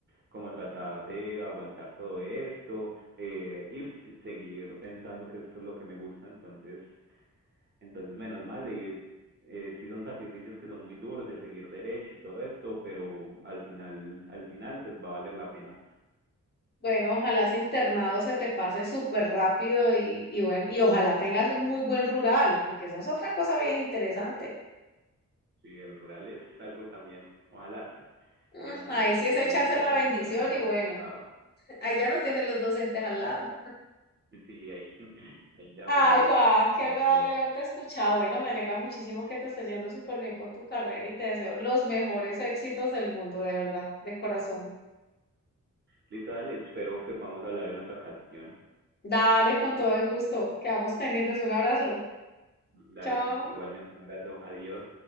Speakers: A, on the right; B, on the left.
A: como tratar de aguantar todo esto eh, y s- seguir pensando que esto es lo que me gusta, entonces entonces, menos mal, y eh, sí son sacrificios que son muy duros, el seguir derecho y todo esto, pero al final, al final, pues va a valer la pena.
B: Bueno, ojalá ese internado se te pase súper rápido y, y bueno, y ojalá tengas un muy buen rural, porque esa es otra cosa bien interesante.
A: Sí, el rural es algo también, ojalá sí,
B: Mm,
A: que no,
B: Ahí sí es
A: que
B: echarse
A: no me toque
B: la bendición
A: algo tan
B: y
A: complicado.
B: bueno, <laughs> ahí ya no tienes los docentes al lado.
A: Sí, ahí, <laughs> ahí ya
B: Ay,
A: uno
B: Juan,
A: está
B: qué agradable
A: solo.
B: haberte escuchado. Bueno, me alegra muchísimo que te esté yendo súper bien con tu carrera y te deseo los mejores éxitos del mundo, de verdad, de corazón.
A: Listo, dale, espero que podamos hablar en otra ocasión.
B: Dale con todo el gusto. Quedamos pendientes. Un abrazo.
A: Dale,
B: Chao.
A: igualmente un abrazo, adiós.